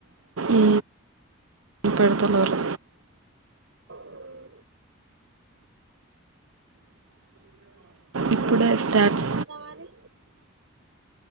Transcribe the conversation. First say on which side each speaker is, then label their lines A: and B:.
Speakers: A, on the right; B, on the right.
A: ఊ, పెడతలేరు.
B: మ్మ్.
A: ఇప్పుడే స్టార్ట్.
B: ఇంకా మరి